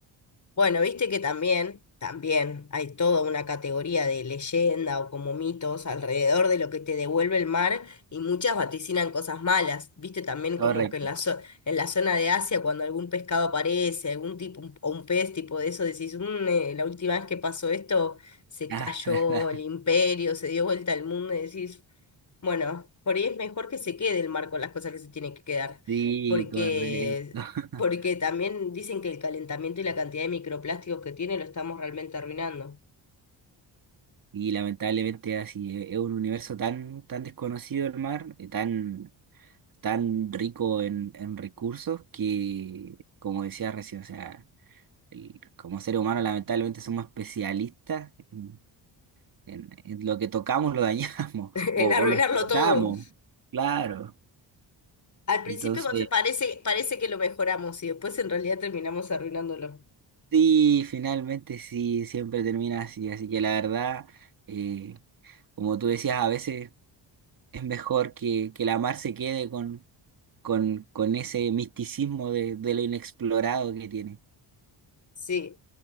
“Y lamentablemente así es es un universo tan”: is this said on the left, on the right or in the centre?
Right